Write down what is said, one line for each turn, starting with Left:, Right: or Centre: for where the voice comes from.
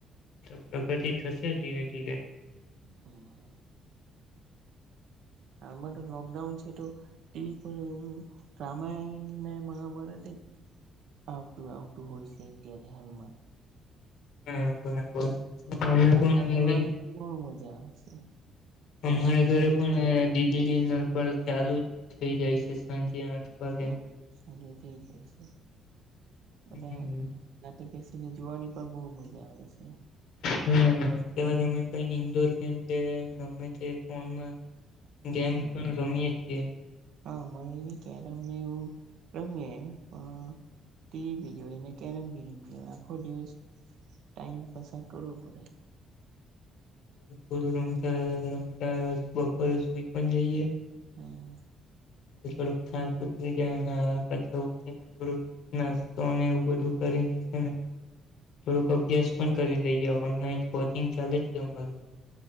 Left: પ્રગતિ થશે ધીરે ધીરે.
Right: હમ આમાં તો લોકડાઉન છે તો ટીવી પર રામાયણને મહાભારત આઉ તું આઉ તું હોય શે અત્યારે હાલમા.
Left: હા બરાબર. અમે
Right: રામાયણ
Left: પણ
Right: જોવાની
Left: હવે
Right: પણ બહુ મજા આવે છે.
Left: અમારા ઘરે પણ દીદી ચાલુ જ થઈ જાય છે સાંજે આઠ વાગે
Right: હમ્મ, સારું થઈ જાય છે.
Left: હમ
Right: એમાં <unintelligible> એને જોવાની પણ બહુ મજા આવે છે.
Left: હમ્મ, હમે તો ઇન્ડોર ગેમ કે ગમે તે ફોનમાં
Right: હા
Left: ગેમ પણ રમીએે છીએ.
Right: હા મને એવી કે રમને એવું રમીએ પણ ટી ભી જોઈને કેરમ ભી રમએ આખો દિવસ ટાઈમ પસાર કરવું પડે.
Left: <inaudible> રમતા રમતા બપોરે સુઈ પણ જઈએ.
Right: હમ્મ.
Left: થોડક થાક ઉતરી જાય અને પછી ઉઠી ને થોડું નાસ્તો એવું બધું કરીને છે નેવું થોડોક અભ્યાસ પણ કરી લઈએ ઓનલાઈન કોચિંગ ચાલે છે અમારું.